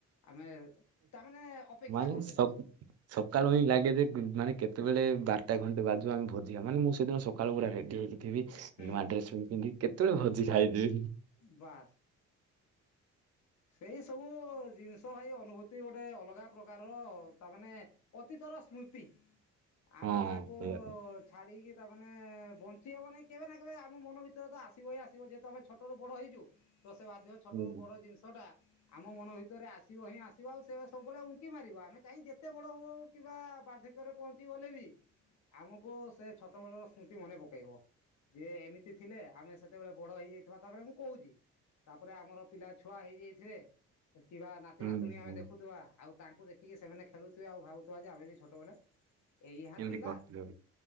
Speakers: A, on the left; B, on the right.
A: ଆମେ। ତା ମାନେ ଅପେକ୍ଷା
B: ମାନେ
A: କରୁଥିଲେ।
B: ସ ସକାଳୁ ହିଁ ଲାଗେ ଯେ ମାନେ କେତେବେଳେ ବାରଟା ଘଣ୍ଟେ ବାଜୁ ଆମେ ଭୋଜିଆ ମାନେ ମୁଁ ସେଦିନ ସକାଳୁ ପୁରା ରେଡ଼ି ହେଇକି। ଥିବି
A: ହୁଁ
B: ନୂଆ ଡ୍ରେସ୍ ଫୁଣି ପିନ୍ଧିବି କେତେବେଳେ ଭୋଜି ଖାଇବି।
A: ବାସ୍
B: <inaudible>
A: ସେଇ ସବୁ ଜିନିଷ ଭାଇ ଅନୁଭୂତି ଗୋଟେ ଅଲଗା ପ୍ରକାରର ତା ମାନେ। ଅତୀତର ସ୍ମୃତି। ଆମେ
B: ହଁ
A: ତାକୁ
B: ସେଇଆ ତ
A: ଛାଡ଼ି କି ତା ମାନେ ବଞ୍ଚି ହବ ନାହିଁ କେବେ ନା କେବେ ଆମ ମନ ଭିତରେ ତ ଆସି ବ ହିଁ ଆସିବ ଯେହେତୁ ଆମେ ଛୋଟରୁ ବଡ଼ ହେଇଛୁ ତ ସେ ଆଜି ଯୋଉ ଛଟରୁ
B: ହୁଁ
A: ବଡ଼ ଜିନିଷ ଟା ଆମ ମନ ଭିତରେ ଆସିବ ହିଁ ଆସିବ ଆଉ ସେ ସବୁବେଳେ ଉଙ୍କି ମାରିବ ଆମେ ଚାହଁ ଯେତେ ବଡ଼ ହୁଅ ହୁ କିବା ବାର୍ଦ୍ଧକ୍ୟରେ ପହଞ୍ଚି ଗଲେ ବି ଆମକୁ ସେ ଛୋଟବେଳର ସ୍ମୃତି ମନେ ପକେଇବ। ଯେ ଏମିତି ଥିଲେ ଆମେ ସେତେବେଳେ ବଡ଼ ହେଇଯାଇଥିବା ତାପରେ ମୁଁ କହୁଛି ତାପରେ ଆମର। ପିଲା ଛୁଆ ହେଇଯାଇଥିବେ କିବା ନାତି
B: ହୁଁ
A: ନାତିୁଣୀ ଆମେ
B: ହୁଁ।
A: ଦେଖୁଥିବା ଆଉ। ତାଙ୍କୁ ଦେଖିକି ସେମାନେ ଖେଳୁଥିବେ ଆଉ ଭାବୁଥିବା ଯେ ଆମେ ବି ଛୋଟବେଳେ ଏଇହା
B: ଏମିତି
A: ଥିଲା।
B: କରିଥିଲୁ ଆଉ